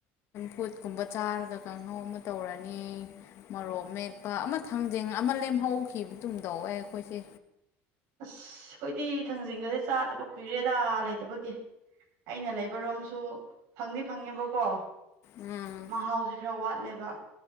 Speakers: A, on the left; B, on the right.
A: ꯐꯨꯠ ꯀꯨꯝꯕ ꯆꯥꯔꯒ ꯀꯥꯡꯍꯧ ꯑꯃ ꯇꯧꯔꯅꯤ ꯃꯣꯔꯣꯛ ꯃꯦꯠꯄ ꯑꯃ ꯊꯥꯡꯖꯤꯡ ꯑꯃ ꯂꯩ ꯑꯦꯝ ꯍꯧꯈꯤꯕꯇꯨꯝ ꯇꯧꯋꯦ ꯑꯩꯈꯣꯏꯁꯦ
B: ꯑꯁ ꯑꯩꯈꯣꯏꯗꯤ ꯊꯥꯡꯖꯤꯡꯒꯁꯦ ꯆꯥꯗꯕ ꯀꯨꯏꯔꯦꯗꯥ ꯂꯩꯇꯕꯒꯤ ꯑꯩꯅ ꯂꯩꯕꯔꯣꯝꯁꯨ ꯐꯪꯅꯤ ꯐꯪꯉꯦꯕꯀꯣ
A: ꯎꯝ
B: ꯃꯍꯥꯎꯁꯦ ꯈꯔ ꯋꯥꯠꯂꯦꯕ